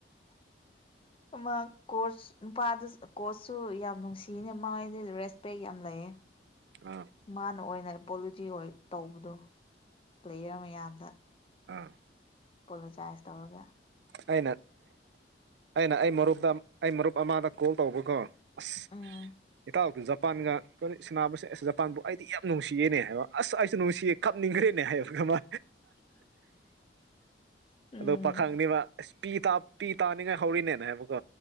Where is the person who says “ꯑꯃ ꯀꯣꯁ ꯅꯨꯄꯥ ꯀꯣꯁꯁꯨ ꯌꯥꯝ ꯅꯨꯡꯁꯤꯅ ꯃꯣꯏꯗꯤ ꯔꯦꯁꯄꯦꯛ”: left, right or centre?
Left